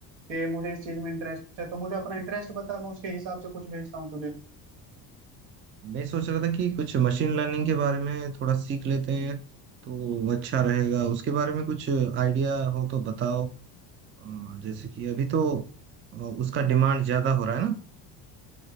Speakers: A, on the right; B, on the right.
A: कि मुझे इस चीज में इंटरेस्ट है तो मुझे अपना इंटरेस्ट बता मैं उसके हिसाब से कुछ भेजता हूँ तुझे
B: मैं सोच रहा था कि कुछ मशीन लर्निंग के बारे में थोड़ा सीख लेते हैं तो अच्छा रहेगा उसके बारे में कुछ आइडिया हो तो बताओ अ, जैसे कि अभी तो अ, उसका डिमांड ज्यादा हो रहा है ना